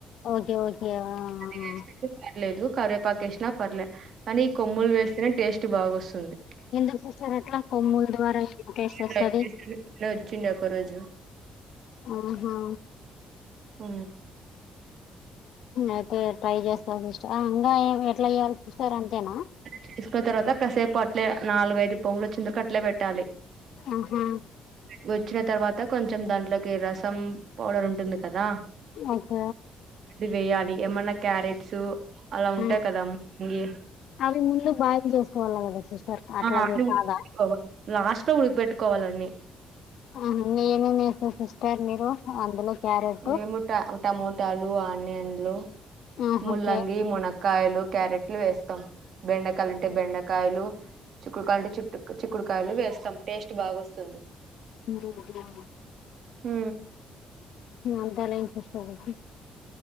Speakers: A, on the left; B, on the right.
A: ఓకె ఓకె ఆ
B: వేేస్తేనే
A: ఆ!
B: పర్లేదు కరివేపాక వేసినా పర్లేదు కానీ ఈ కొమ్ములు వేస్తేనే టేస్ట్ బాగాస్తుంది
A: ఎందుకు సిస్టర్ అట్ల కొమ్ముల ద్వారా టెస్ట్ వస్తది
B: ట్రై చేశాను నిన్నే వచ్చిండే ఒక రోజు
A: ఆహా
B: ఊ
A: అయితే ట్రై చేస్తావు సిస్టర్ ఆ ఇంకా ఏమీ ఎట్లా చెయాలి సిస్టర్ అంతేనా
B: చేసుకున్న తర్వాత కాసేపు అట్లే నాలుగైదు పొంగులు వచ్చిందకు అట్లే పెట్టాలి
A: ఉహు
B: వచ్చిన తర్వాత కొంచెం దాంట్లోకి రసం పౌడర్ ఉంటుంది కదా
A: అచ్చ
B: ఇది వేయాలి ఏమన్నా క్యారెట్స్ అలా ఉంటాయి
A: ఆ,
B: కదా ముగి
A: అవి ముందు బాయిల్డ్ చేసుకోవాలి కదా సిస్టర్ అట్లాగే
B: ఆ <unintelligible>
A: కాదా
B: ట్టుకోవాలి లాస్ట్ లో ఉడకపెట్టుకోవాలండి
A: అందులో ఏమేం ఏస్తారు సిస్టర్ మీరు అందులో క్యారెట్
B: మేము ట టమోటాలు ఆనియన్లు
A: ఆహా,
B: ముల్లంగి
A: ఓకే
B: మున కాయలు క్యారెట్లు వేస్తాం బెండకాయలు అంటే బెండకాయలు చుకుకాయలుంటే చుట్టు చిక్కుడుకాయలు వేస్తాం టేస్ట్ బాగాస్తుంది
A: ఉ <unintelligible>
B: ఊ
A: అంతేలెండి సిస్టర్ ఇగ